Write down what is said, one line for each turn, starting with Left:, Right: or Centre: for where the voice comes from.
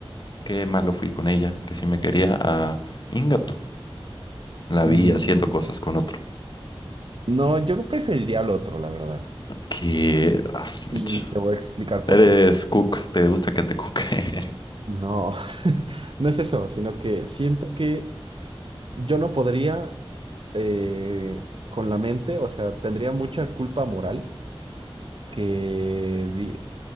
Left: qué malo fui con ella, que si me quería a Ingato. La vi
Right: Mm,
Left: haciendo cosas con otro.
Right: No, yo preferiría al otro, la verdad.
Left: Que... ah, su
Right: Y
Left: mecha.
Right: te voy a explicar por
Left: Eres
Right: qué.
Left: cook, te gusta que te coque.
Right: No, <laughs> no es eso, sino que siento que Yo no podría eh, con la mente, o sea, tendría mucha culpa moral que, di-